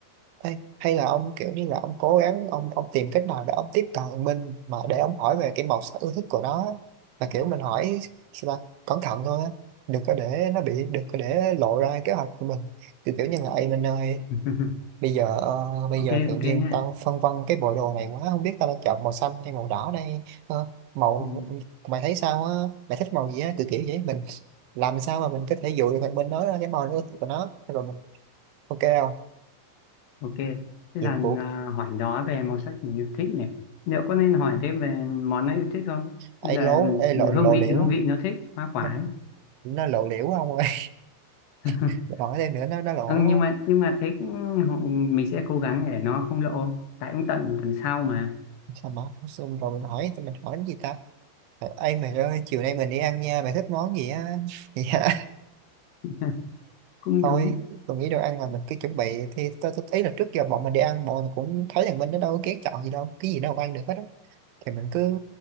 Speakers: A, on the right; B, on the left.
A: Ê, hay là ông kiểu như là ông cố gắng ông ông tìm cách nào để ông tiếp cận mình mà để ông hỏi về cái màu sắc ưa thích của nó á. là kiểu mình hỏi sao ta? cẩn thận thôi á đừng có để nó bị đừng có để lộ ra kế hoạch của mình kiểu kiểu như là "Ê Minh ơi
B: <laughs>
A: bây giờ ờ, bây
B: ok
A: giờ tự
B: ok
A: nhiên
B: nha
A: tao phân vân cái bộ đồ này quá không biết tao đã chọn màu xanh hay màu đỏ đây Ờ, màu
B: ừ.
A: mày thấy sao á mày thích màu gì á kiểu kiểu vậy mình làm sao mà mình có thể dụ được thằng Minh nói ra cái màu nó ưa thích của nó rồi mình ok không
B: Ok, thế
A: nhiệm
B: là
A: vụ
B: à, hỏi đó về màu sắc mình yêu thích này. Liệu có nên hỏi thêm về món nó yêu thích không?
A: ấy
B: Hay là
A: lố ê lộ lộ
B: hương vị,
A: liễu
B: hương vị nó thích, hoa quả
A: nó
B: ấy.
A: nó lộ liễu ông ơi
B: <laughs>
A: <laughs> mình hỏi thêm nữa nó nó lộ
B: Ừ, nhưng mà nhưng mà thế cũng- họ- mình sẽ cố gắng để nó không lộ. Tại cũng tận tuần sau mà.
A: sao mà xong rồi mình hỏi tụi mình hỏi cái gì ta Ờ, ê mày ơi chiều nay mình đi ăn nha mày thích món gì á <laughs> dạ
B: <laughs> Cũng
A: thôi
B: đúng.
A: tôi nghĩ đồ ăn là mình cứ chuẩn bị thì tôi tôi thấy là trước giờ bọn mình đi ăn bọn mình cũng thấy rằng mình nó đâu có kén chọn gì đâu cái gì đâu ăn được hết á thì mình cứ